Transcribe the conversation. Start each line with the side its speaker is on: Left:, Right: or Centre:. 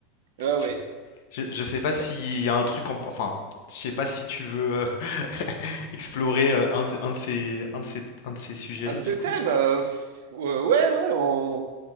Right: Ouais,
Left: Je
Right: ouais.
Left: je je sais pas s'il
Right: Euh,
Left: y a un truc en enfin, je sais pas si tu veux, heu, <laughs> explorer, heu, un de un de ces un de ces un de ces sujets-là,
Right: Un de ces
Left: du coup?
Right: thèmes, euh, pff, euh, ouais, ouais, on,